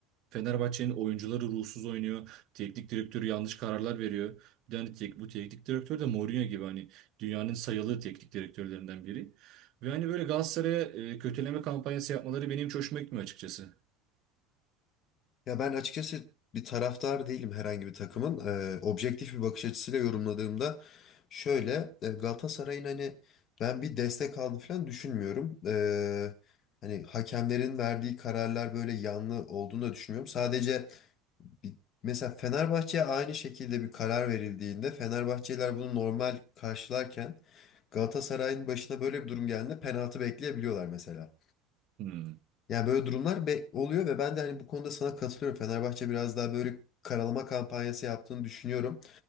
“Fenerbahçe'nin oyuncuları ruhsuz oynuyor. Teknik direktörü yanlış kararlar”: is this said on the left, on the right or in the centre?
Right